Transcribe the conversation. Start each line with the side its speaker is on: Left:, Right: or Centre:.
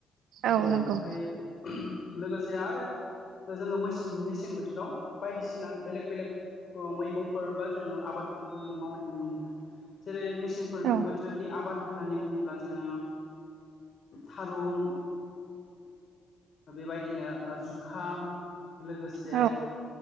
Right: औ
Left: ओमफ्राय
Right: नंगौ
Left: लोगोसे आरो जोङो मेसें बोथोराव बायदिसिना बेलेग बेलेग मैगंफोर बा जोङो आबादफोरखौ जों मावनाय नुनो मोनो जेरै मेसें
Right: औ
Left: बोथोरनि आबाद होननानै बुङोब्ला जोङो थारुन बेबायदिनो जुखाम लोगोसे
Right: औ